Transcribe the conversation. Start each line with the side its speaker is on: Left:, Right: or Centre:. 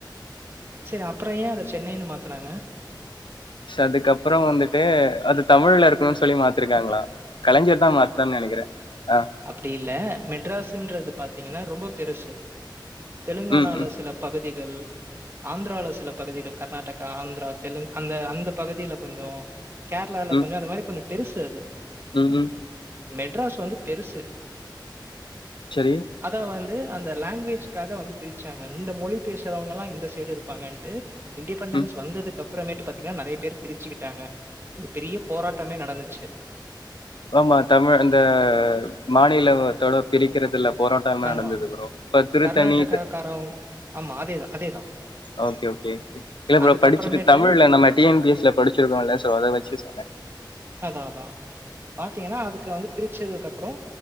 Right: செரி அப்புறோ ஏ அத சென்னைன்னு மாத்தனாங்க
Left: ச அதுக்கப்புறோ வந்துட்டு அது தமிழ்ல இருக்கணோனு சொல்லி மாத்திருக்காங்களா கலைஞர் தா மாத்தானாருனு நெனைக்குற அ
Right: அப்டி இல்ல மெட்ராஸ்ன்றது பாத்தீங்கன்னா ரொம்போ பெருசு தெலுங்கானால
Left: ம், ம்,
Right: சில பகுதிகள் ஆந்திரால சில பகுதிகள் கர்நாடகா ஆந்திரா தெலுங் அந்த அந்த பகுதியில கொஞ்சோ கேரளால
Left: ம்,
Right: கொஞ்சோ அந்த மாரி கொஞ்சோ பெருசு அது
Left: ம் ம்
Right: மெட்ராஸ் வந்து பெருசு
Left: செரி
Right: அதா வந்து அந்த லாங்குவேஜக்காக வந்து பிரிச்சாங்க இந்த மொழி பேசுறவங்க எல்லா இந்த சைடு இருப்பாங்கன்ட்டு இண்டடிபெண்டன்ஸ்
Left: ம்.
Right: வந்ததுக்கப் பறமேட்டு பாத்தீங்கன்னா நறைய பேர் பிரிச்சுக்கிட்டாங்க ஒரு பெரிய போராட்டமே நடந்துச்சு
Left: ஆமா தமிழ் அந்த மாநில தோட பிரிக்கிறதுல்ல போரோட்டோ எல்லா
Right: ஆமா.
Left: நடந்தது ப்ரோ இப்ப திருத்தணி
Right: கர்நாடகாக்காரவங்
Left: இது
Right: ஆமா அதேதா அதேதா
Left: ஓகே ஓகே இல்ல ப்ரோ
Right: அதுக்கப்புறமேட்டு
Left: படிச்சுட்டு தமிழ்ல நம்ம டி என் பிஸ்ல படிச்சிருக்கோல சோ அத வெச்சு சொன்னே
Right: அதா அதா பாரத்தீங்கன்னா அதுக்கா வந்து பிரிச்சதுக்கு அப்புறோ